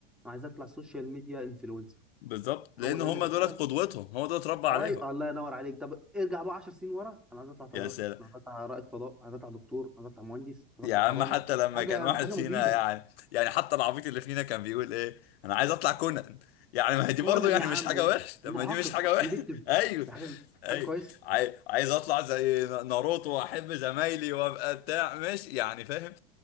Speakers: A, in the centre; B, on the left.
A: عايز اطلع سوشيال ميديا انفلونسر
B: بالظبط لان
A: هو ده
B: هم
A: اللي انت بحاجه
B: دولت قدوتهم هو دول اتربى عليهم
A: اي الله ينور عليك طب ارجع بقى 10 سنين ورا انا عايز اطلع طيار
B: يا سلام
A: انا عايز اطلع رائد فضاء عايز اطلع دكتور عايز اطلع مهندس عايز
B: يا
A: اطلع
B: عم
A: حرامي
B: حتى لما
A: حاجه
B: كان واحد
A: حاجه
B: فينا
A: مفيده
B: يعني يعني حتى العبيط اللي فينا كان بيقول ايه انا عايز اطلع كونان يعني ما هي دي
A: كونان
B: برضه يعني
A: يا عم
B: مش حاجه وحش طب
A: محقق
B: ما دي مش حاجه وحش
A: ديتكتيف
B: <laughs> ايوه
A: ده حاجه
B: ايوه
A: حاجه كويسه
B: عاي- عايز اطلع زي ن- ناروتو واحب زمايلي وابقى بتاع مش يعني فاهم